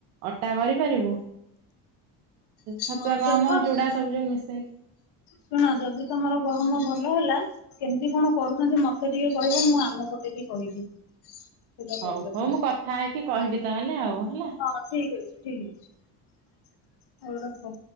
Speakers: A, on the right; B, on the left.
A: ଅଟା କରିପାରିବୁ ଛତୁଆ
B: ହଉ
A: ଗହମ
B: ଦେଖ
A: ଚୁଡା ସବୁ ଯୋଉ ମିଶେଇକି।
B: ଶୁଣ ଯଦି ତମର ଗହମ ଭଲ ହେଲା କେମିତି କଣ କରୁଛନ୍ତି ମତେ ଟିକେ କହିବ ମୁଁ ଆମ ପଟେ ବି କହିବି। ସେଟା
A: ହୋଉ
B: କରିବା
A: ହୋଉ
B: ପାଇଁ
A: ମୁଁ କଥା ହେଇକି କହିବି ତାହେଲେ ଆଉ ହେଲା।
B: ହଁ ଠିକ ଅଛି ଠିକ ଅଛି ହୋଉ ରଖ।